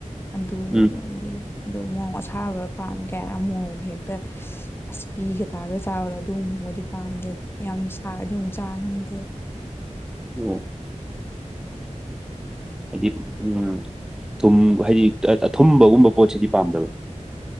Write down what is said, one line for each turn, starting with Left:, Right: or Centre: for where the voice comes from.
Left: ꯑꯗꯨ
Centre: ꯎꯝ
Left: ꯑꯣꯏꯔꯗꯤ ꯑꯣ ꯃꯣꯔꯧ ꯑꯁꯥꯕ ꯄ ꯀꯌꯥ ꯃꯣꯔꯧꯒ ꯍꯦꯛꯇ ꯑꯁ ꯄꯤꯒ ꯇꯥꯒꯩ ꯆꯥꯎꯔꯣ ꯊꯣꯡꯉꯕꯗꯤ ꯄꯥꯝꯗꯦꯗ ꯌꯥꯝ ꯁꯥꯔꯗꯤ ꯑꯃꯨꯛ ꯆꯥ ꯉꯝꯗꯦꯕ
Centre: ꯎꯝ ꯍꯥꯏꯗꯤ ꯎꯝ ꯊꯨꯝ ꯍꯥꯏꯗꯤ ꯑꯊꯨꯝꯕꯒꯨꯝꯕ ꯄꯣꯠꯁꯤꯗꯤ ꯄꯥꯝꯗꯕ